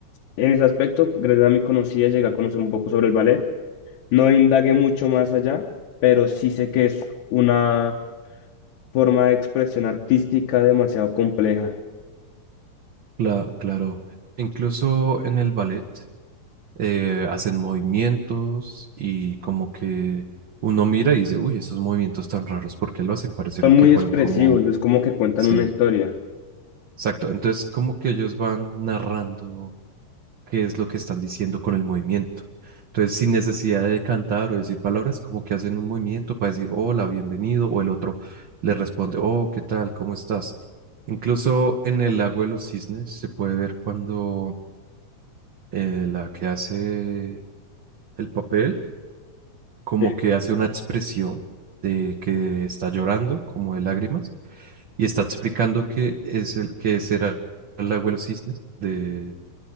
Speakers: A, on the left; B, on the right.
A: en ese aspecto, gracias a mi conocida, llegué a conocer un poco sobre el ballet. No indagué mucho más allá, pero sí sé que es una forma de expresión artística demasiado compleja.
B: Cla- claro, incluso en el ballet eh, hacen movimientos y como que uno mira y dice, uy, esos movimientos tan raros, ¿por qué lo hacen? Parecieran
A: Son muy
B: que fueran
A: expresivos,
B: como,
A: es como que cuentan
B: sí,
A: una historia.
B: exacto. Entonces como que ellos van narrando qué es lo que están diciendo con el movimiento. Entonces, sin necesidad de cantar o decir palabras, como que hacen un movimiento para decir hola, bienvenido, o el otro le responde, oh, ¿qué tal? ¿Cómo estás? Incluso en el lago de los cisnes se puede ver cuando eh, la que hace el papel, como
A: Sí.
B: que hace una expresión de que está llorando, como de lágrimas, y está explicando que es el que será el lago de los cisnes de